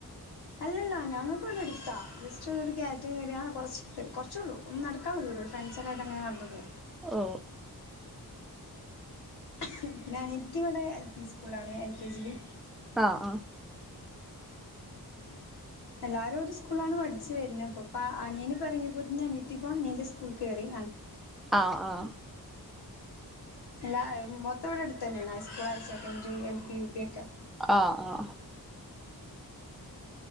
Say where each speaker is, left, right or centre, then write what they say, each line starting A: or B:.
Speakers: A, on the left; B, in the centre.
A: അല്ലല്ല--ഞങ്ങൾക്വ്ടെഅടുത്ത ജസ്റ്റ്‌ ഒരുക്കേറ്റം കേറിയ കുറച് കുറച്ചൊള്ളു ഒന്ന് നടക്കല്ലേ ദൂ ഒരുൂൾ ഫ്രണ്ട്സക്കായിട്ടഅങ്ങെനേ നട് ന്ന് പോവും.
B: ഓ
A: ഇഹ്ഹും ന്റനിയത്തിവിടെ എൽ പി സ്കൂളിലാണ് എൽ കെ ജിയില്.
B: ആ ആഹ്
A: എല്ലാരു ഒരു സ്ക്കുള്ളാണ് പഠിച്ച് വെര്നെ പ്പപ്പാ അനിയനിപ്പറങ്ങിയപ്പോതിന് അനിയത്തിപ്പ അനിയന്റ്സ്കൂൾക്കേറി.
B: ആഹ ആഹ
A: അല്ല മൊത്തംവിടെ അടുത്ത് തന്നെയാണ് high school higher secondary L P U P ഒക്കെ
B: ആഹ്